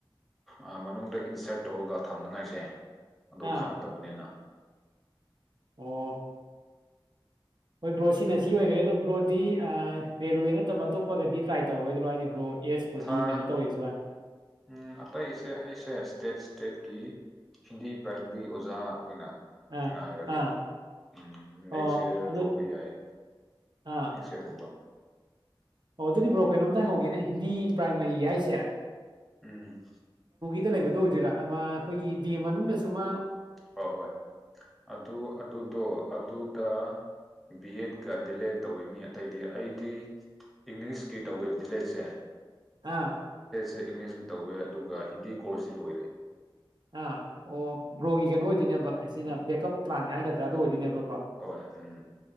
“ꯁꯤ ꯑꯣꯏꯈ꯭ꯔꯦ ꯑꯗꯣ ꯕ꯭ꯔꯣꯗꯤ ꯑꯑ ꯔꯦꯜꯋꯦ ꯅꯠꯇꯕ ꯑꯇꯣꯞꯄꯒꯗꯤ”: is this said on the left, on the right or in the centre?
Right